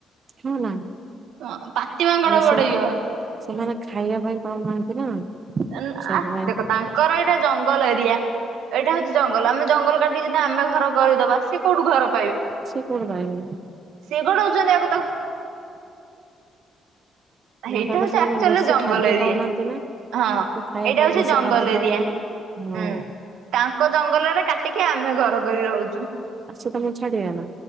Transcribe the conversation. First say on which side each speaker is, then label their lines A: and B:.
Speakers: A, on the right; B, on the right.
A: ହୁଁ ନା।
B: ହଁ ପାତିମାଙ୍କଡ଼
A: ମାନେ ସେମାନେ
B: ଗୋଡ଼େଇବ।
A: ସେମାନେ ଖାଇବା ପାଇଁ ପାଉନାହାନ୍ତି ନା।
B: ଏନ
A: ସେଇଥିପାଇଁ
B: ଆ ଦେଖ ତାଙ୍କର ଏଇଟା ଜଙ୍ଗଲ ଏରିଆ ଏଇଟା ହଉଛି ଜଙ୍ଗଲ ଆମେ ଜଙ୍ଗଲ କାଟି ବି ଯଦି ଆମେ ଘର କରିଦବା ସିଏ କୋଉଠୁ ଘର
A: ସେ କଉଠୁ ପାଇବେ?
B: ସେ ଗୋଡଉଛନ୍ତି ଆ
A: ହୁଁ
B: ହେଇଟା
A: ତାପରେ
B: ହଉଛି
A: ସେମାନେ
B: ଆକଚୁଆଲିରେ
A: ବେଶୀ
B: ଜଙ୍ଗଲ
A: ଖାଦ୍ୟ
B: ଏରିଆ।
A: ପାଉନାହାନ୍ତି ନା।
B: ହଁ
A: ସେ ଖାଇବା
B: ଏଇଟା
A: ପାଇଁ
B: ହଉଛି
A: ବେଶୀ
B: ଜଙ୍ଗଲ
A: ଖାଦ୍ୟ ପାଉନାହାନ୍ତି।
B: ଏରିଆ ହୁଁ
A: ହଁ
B: ତାଙ୍କ ଜଙ୍ଗଲରେ କାଟିକି ଆମ ଆମେ ଘର କରି ରହୁଛୁ।
A: ଆଉ ସେ ତମକୁ ଛାଡିବେ ନା